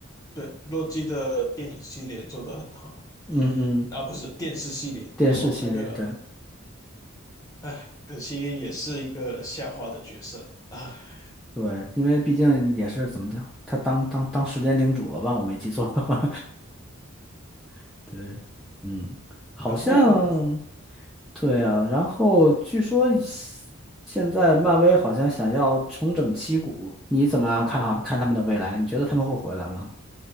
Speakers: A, on the left; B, in the centre.
A: 对，洛基的电影系列做得很好，
B: 嗯嗯，
A: 啊，不是电视系列哦，
B: 电视系列，
A: 那个，
B: 对
A: 唉，可惜也是一个下滑的角色啊。唉
B: 对，因为毕竟也是怎么讲，他当当当时间领主了吧？我没记错的话，<laughs> 对，嗯，好像
A: 然后，
B: 对啊。然后据说现现在漫威好像想要重整旗鼓，你怎么看好看他们的未来？你觉得他们会回来吗？